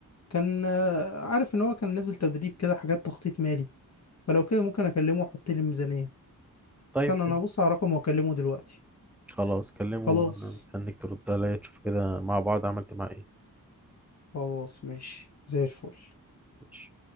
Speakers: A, on the left; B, in the centre.
A: كان آه، عارف ان هو كان نازل تدريب كده حاجات تخطيط مالي فلو كده ممكن اكلمه واحط لي ميزانية
B: طيب
A: استنى
B: حلو.
A: انا هبص على رقم واكلمه دلوقتي
B: خلاص كلمه
A: خلاص
B: انا مستنيك ترد عليا تشوف كده مع بعض عملت معاه ايه
A: خلاص ماشي زي الفل
B: ماشي